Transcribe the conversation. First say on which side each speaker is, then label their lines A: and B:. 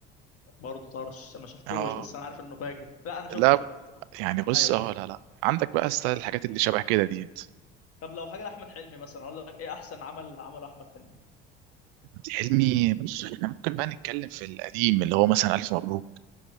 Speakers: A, on the left (about 50°); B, on the right (about 65°).
A: برضه طرش ما شفتوش
B: اه
A: بس انا عارف انه فاجر لا انا شفته
B: لا
A: شفته شفته
B: يعني بص
A: ايوه
B: اه
A: شفته
B: لا لا عندك بقى ستايل
A: آه.
B: الحاجات اللي شبه كده ديت
A: طب لو حاجه لاحمد حلمي مثلا اقول لك ايه احسن عمل عمله احمد حلمي
B: حلمي بص احنا ممكن بقى نتكلم في القديم اللي هو مثلا الف مبروك